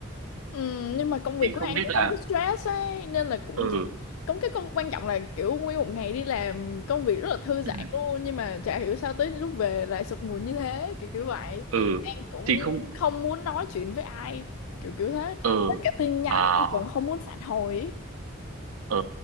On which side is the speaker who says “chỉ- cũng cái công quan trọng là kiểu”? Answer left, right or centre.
Left